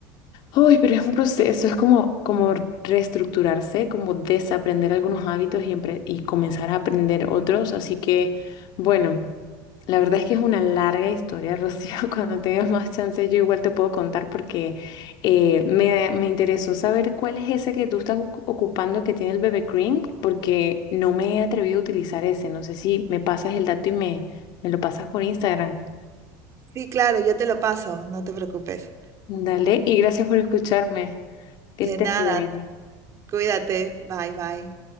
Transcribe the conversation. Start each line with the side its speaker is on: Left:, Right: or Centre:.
Left: Uy, pero es un proceso, es como, como reestructurarse, como desaprender algunos hábitos y, empre- y comenzar a aprender otros. Así que, bueno, la verdad es que es una larga historia, Rocío. <laughs> Cuando tengas más chance, yo igual te puedo contar porque eh, me, me interesó saber cuál es ese que tú estás ocu- ocupando que tiene el bebé cream, porque no me he atrevido a utilizar ese. No sé si me pasas el dato y me, me lo pasas por Instagram.
Right: Sí, claro, yo te lo paso, no te preocupes.
Left: Dale, y gracias por escucharme. Que
Right: De
Left: estés
Right: nada,
Left: bien.
Right: cuídate, bye bye.